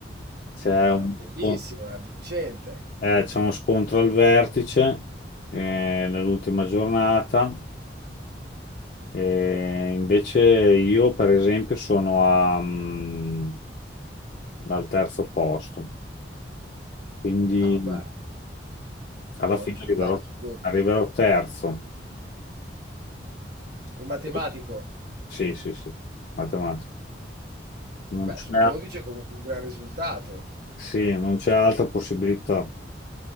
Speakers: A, on the left (about 45°); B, on the right (about 55°).
A: c'è
B: Ah,
A: un
B: bellissimo,
A: po-
B: è vincente.
A: eh, c'è uno scontro al vertice eh, nell'ultima giornata, e invece io per esempio sono a, mh, al terzo posto, quindi...
B: Ah, beh,
A: Alla
B: un buon
A: fine
B: risultato
A: arriverò,
B: su 12.
A: arriverò terzo.
B: Un matematico,
A: Arrivo- Sì, sì, sì, matematica. Non
B: beh,
A: c'è
B: su 12 è comunque un gran risultato.
A: sì, non c'è altra possibilità.